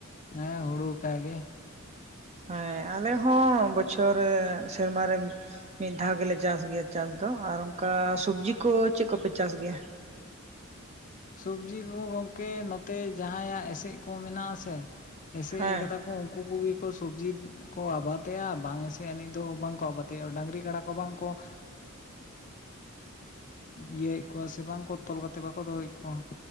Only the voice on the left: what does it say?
ᱦᱮᱸ ᱦᱩᱲᱩ ᱟᱠᱟ ᱜᱤ᱾
ᱥᱚᱵᱡᱤ ᱠᱚ ᱜᱚᱢᱠᱮ ᱱᱚᱛᱮ ᱡᱟᱦᱟᱸᱭᱟᱜ ᱮᱥᱮᱫ ᱠᱚ ᱢᱮᱱᱟᱜ ᱟᱥᱮ ᱮᱥᱮᱫ
ᱟᱠᱟᱫᱟ ᱠᱚ ᱩᱱᱠᱩ ᱠᱚᱜᱮ ᱠᱚ ᱥᱚᱵᱡᱤ ᱠᱚ ᱟᱵᱚᱣᱟ ᱛᱮ ᱵᱟᱝ ᱮᱥᱮᱫ ᱟᱹᱱᱤᱡ ᱫᱚ ᱵᱟᱝᱠᱚ ᱟᱵᱟᱫᱼᱟ ᱰᱟᱹᱟᱝᱨᱤ ᱠᱟᱰᱟ ᱠᱚ ᱵᱟᱝᱠᱚ <unintelligible> ᱤᱭᱟᱹᱭᱮᱫ ᱠᱚᱣᱟ ᱥᱮ ᱵᱟᱝ ᱠᱚ ᱛᱚᱞ ᱠᱟ ᱛᱮ ᱵᱟᱠᱚ ᱫᱚᱦᱚᱭᱮᱫ ᱠᱚᱣᱟ